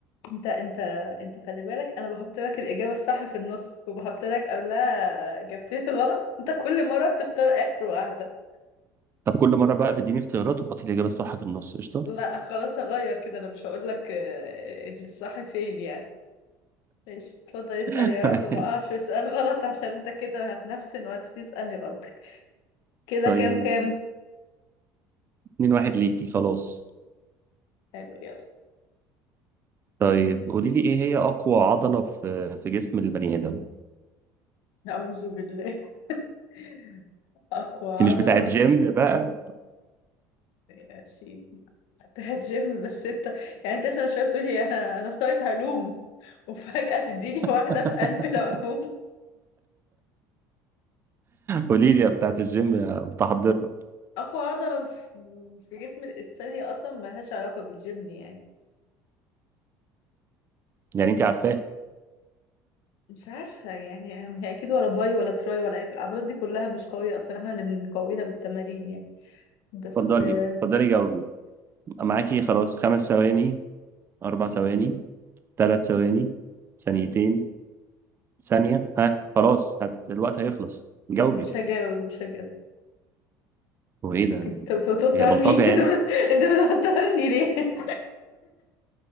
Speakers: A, on the left; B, on the right.
A: انت انت انت خلي بالك انا بحط لك الاجابه الصح في النص وبحط لك قبلها اجابتين غلط انت كل مره بتختار اخر واحده
B: طب كل مرة بقى بيديني اختيارات وحطي الإجابة الصح في النص قشطة
A: لا خلاص هغير كده انا مش هقول لك آه، الصح فين يعني ماشي اتفضل اسال
B: <laughs>
A: يا رب ما اقعش في سؤال غلط عشان انت كده هتنفسن وهتسالني غلط كده
B: طيب
A: كام كام
B: اتنين واحد ليكي خلاص
A: حلو يلا
B: طيب قولي لي ايه هي أقوى عضلة في في جسم البني آدم؟
A: نعوذ بالله <laughs> اقوى
B: انت
A: عضله
B: مش بتاعت جيم بقى
A: يا سيدي بتاعت جيم بس انت يعني انت لسه من شويه بتقولي انا انا سايت علوم وفجاه تديني واحده
B: <laughs>
A: في قلب العلوم
B: قولي لي يا بتاعت الجيم يا متحضرة
A: اقوى عضله في في جسم الانسان هي اصلا ملهاش علاقه بالجيم يعني
B: يعني انت عارفاه
A: مش عارفه يعني هي اكيد ولا باي ولا تراي ولا اي العضلات دي كلها مش قويه اصلا احنا اللي بنقويها بالتمارين يعني بس
B: اتفضلي
A: آه،
B: اتفضلي جاوبي معاكي خلاص خمس ثواني أربع ثواني ثلاث ثواني ثانيتين ثانية ها خلاص هت... الوقت هيخلص جاوبي
A: مش هجاوب مش هجاوب
B: هو ايه ده
A: طب طب بتوترني
B: هي بلطجة
A: <laughs>
B: يعني
A: انت بت- انت بتوترني ليه